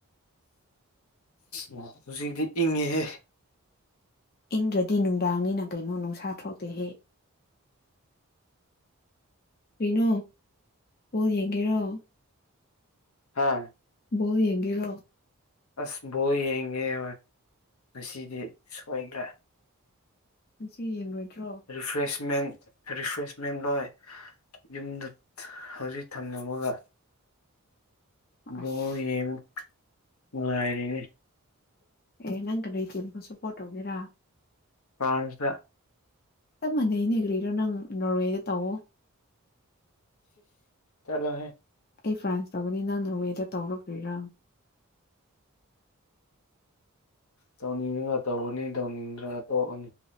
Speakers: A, on the left; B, on the left.
A: ꯑꫭ ꯍꯨꯖꯤꯛꯇꯤ ꯏꯪꯉ‌ꯦꯍꯦ
B: ꯏꯪꯗ꯭ꯔꯗꯤ ꯅꯨꯡꯗꯥꯡꯅꯤꯅ ꯀꯩꯅꯣ ꯅꯨꯡꯁꯥ ꯊꯣꯛꯇꯦꯍꯦ ꯀꯔꯤꯅꫭ ꯕꫭꯜ ꯌꯦꯡꯒꯦꯔꯣ
A: ꯍꯥꯥ
B: ꯕꯣꯜ ꯌꯦꯡꯒꯦꯔꯣ
A: ꯑꯁ ꯕꯣꯜ ꯌꯦꯡꯉꯦ ꯉꯁꯤꯗꯤ ꯁꯣꯏꯗ꯭ꯔꯦ
B: ꯉꯁꯤ ꯌꯦꯡꯂꯔꯣꯏꯗ꯭ꯔꯣ
A: ꯔꯤꯐ꯭ꯔꯦꯁꯃꯦꯟ ꯔꯤꯐ꯭ꯔꯦꯁꯃꯦꯟ ꯂꯣꯏ ꯌꯨꯝꯗ ꯍꯧꯖꯤꯛ ꯊꯝꯃꯝꯃꯒ
B: ꯑꯁ
A: ꯕꫭꯜ ꯌ‌ꯦꯡ ꯉꯥꯏꯔꯤꯅꯤ
B: ꯑꯦ ꯅꯪ ꯀꯔꯤ ꯇꯤꯝꯕꯨ ꯁꯄꯣꯔꯠ ꯇꯧꯒꯦꯔꯥ
A: ꯐ꯭ꯔꯥꯟꯁꯇ
B: ꯆꯞ ꯃꯥꯟꯅꯩꯅꯦ ꯀꯔꯤꯔꯥ ꯅꯪ ꯅꯣꯔꯋꯦꯗ ꯇꯧꯋꯣ
A: ꯆꯠꯂꯣ ꯍꯦ
B: ꯑꯩ ꯐ꯭ꯔꯥꯟꯁ ꯇꯧꯒꯅꯤ ꯅꯪ ꯅꯣꯔꯋꯦꯗ ꯇꯧꯔꫭ ꯀꯔꯤꯔꯥ
A: ꯇꯧꯅꯤꯡꯉꯒ ꯇꯧꯒꯅꯤ ꯇꯧꯅꯤꯡꯗ꯭ꯔꯒ ꯇꯣꯛꯑꯅꯤ